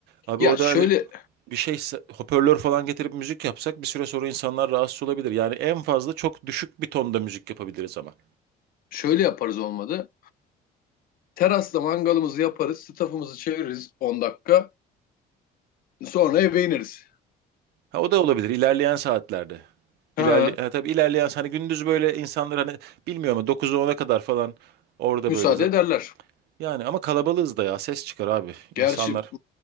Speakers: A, on the right; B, on the left.
A: Abi
B: Ya
A: orada
B: şöyle
A: hani bir şey sa- hoparlör falan getirip müzik yapsak bir süre sonra insanlar rahatsız olabilir. Yani en fazla çok düşük bir tonda müzik yapabiliriz ama.
B: şöyle yaparız olmadı. Terasta mangalımızı yaparız. Stafımızı çeviririz 10 dakika. Sonra eve ineriz.
A: Ha, o da olabilir ilerleyen saatlerde. İlerli
B: Ha,
A: ha, tabii ilerleyen hani gündüz böyle insanlar hani bilmiyorum ama 9'a ona kadar falan orada
B: müsaade
A: böyle za-
B: ederler.
A: yani ama kalabalığız da ya ses çıkar abi
B: Gerçi
A: insanlar